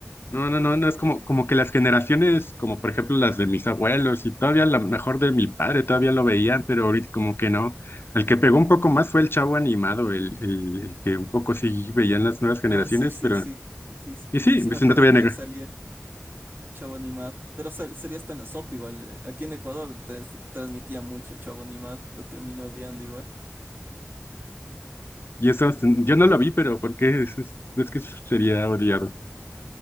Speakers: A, on the left (about 55°); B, on the right (about 50°).
A: no, no, no, no es como como que las generaciones, como por ejemplo las de mis abuelos y todavía a lo mejor de mi padre todavía lo veían, pero ahorita como que no. El que pegó un poco más fue el Chavo animado, el, el, el que un poco sí veían las nuevas generaciones,
B: Ah, sí, sí,
A: pero
B: sí. Sí, sí,
A: y sí,
B: sí
A: pues,
B: me acuerdo
A: si no te voy
B: que
A: a negar.
B: salía Chavo Animado. Pero sal- salía hasta en la sopa igual. eh, Aquí en Ecuador trans- transmitía mucho el Chavo Animado. Lo terminé odiando igual.
A: Y eso, es- yo no lo vi, pero ¿por qué? Es, es- es que sería odiado.